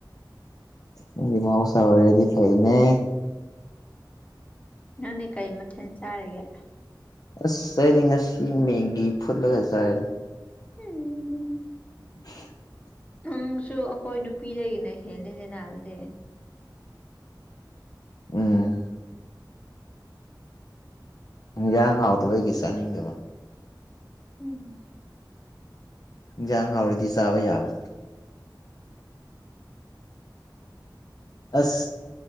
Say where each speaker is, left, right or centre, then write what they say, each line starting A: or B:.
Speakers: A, on the left; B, on the left.
A: ꯑꯣ ꯃꯍꯕꯨꯧ ꯆ ꯔꯗꯤ ꯐꯥꯏꯅꯦ
B: ꯅꯪꯅꯦ ꯀꯩ ꯃꯊꯦꯜ ꯆꯥꯔꯤꯒꯦ
A: ꯑꯁ ꯁꯗꯤ ꯉꯁꯤ ꯃꯦꯒꯤ ꯐꯠꯂꯒꯖꯔ
B: ꯎꯝ
A: <unintelligible>
B: ꯅꯪꯁꯨ ꯑꯩꯈꯣꯏ ꯅꯨꯄꯤꯗꯒꯤꯅ ꯍꯦꯜꯂꯤꯅꯦꯅꯥꯔꯕꯗꯤ
A: ꯎꯝ ꯎ ꯌꯥ ꯍꯥꯎꯗꯕꯩꯒꯤ ꯆꯥꯅꯤꯡꯗꯕ
B: ꯎꯝ
A: ꯌꯥꯖꯥꯡ ꯍꯋꯥꯗꯤ ꯆꯋꯥ ꯌꯥꯕ ꯑꯁ